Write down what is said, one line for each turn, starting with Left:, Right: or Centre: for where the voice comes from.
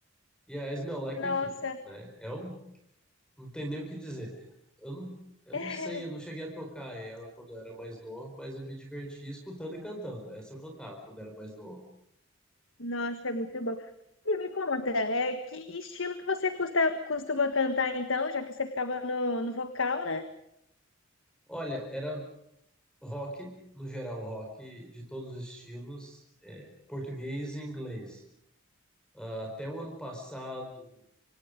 Centre: E a Smell Like,
Left: Nossa.
Centre: enfim, né? É um Não tem nem o que dizer. Eu não, eu
Left: <laughs>
Centre: não sei, eu não cheguei a tocar ela quando eu era mais novo, mas eu me divertia escutando e cantando. Essa eu cantava quando era mais novo.
Left: Nossa, é muito bom. E me conta, é, que estilo que você custa- costuma cantar então, já que você ficava no, no vocal, né?
Centre: Olha, era rock, no geral, rock de todos os estilos, é, português e inglês. Ah, até o ano passado,